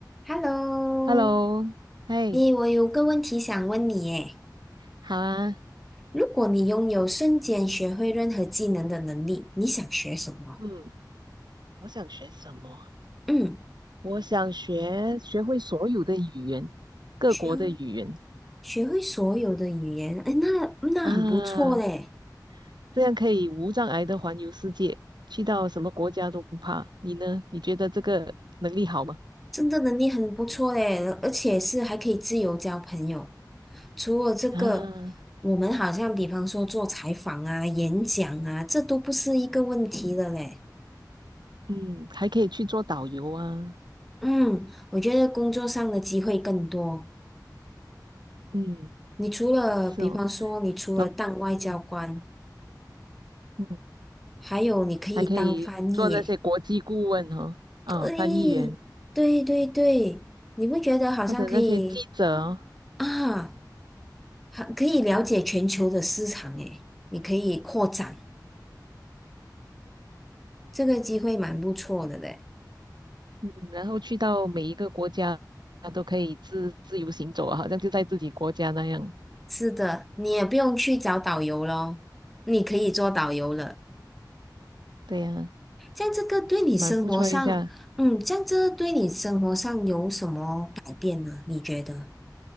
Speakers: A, in the centre; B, on the right.
A: Hello，
B: Hello，嘿，
A: 诶，我有个问题想问你，诶，
B: 好啊，
A: 如果你拥有瞬间学会任何技能的能力，你想学什么？
B: 嗯，我想学什么？
A: 嗯，
B: 我想学学会所有的语言，各国的语言
A: 学会学会所有的语言，诶，那那很不错嘞，
B: 啊，这样可以无障碍的环游世界，去到什么国家都不怕。你呢？你觉得这个能力好吗？
A: 真的能力很不错嘞，而且是还可以自由交朋友。除了这个，
B: 啊，
A: 我们好像比方说做采访啊、演讲啊，这都不是一个问题了嘞。
B: 嗯，还可以去做导游啊，
A: 嗯，我觉得工作上的机会更多。
B: 嗯，
A: 你除了，
B: 是哦，
A: 比方说，你除了当外交官，
B: 老，嗯嗯，
A: 还有你可以当翻译耶。
B: 还可以做那些国际顾问哦，啊，
A: 对，
B: 翻译员
A: 对对对，你不觉得好像可以
B: 或者那些记者哦，
A: 啊，还可以了解全球的市场诶，你可以扩展，这个机会蛮不错的嘞。
B: 嗯，然后去到每一个国家，他都可以自自由行走啊，好像就在自己国家那样。
A: 是的，你也不用去找导游咯，你可以做导游了。
B: 对呀，
A: 像这个对你生活上，
B: 蛮不错一下。
A: 嗯，像这对你生活上有什么改变呢？你觉得？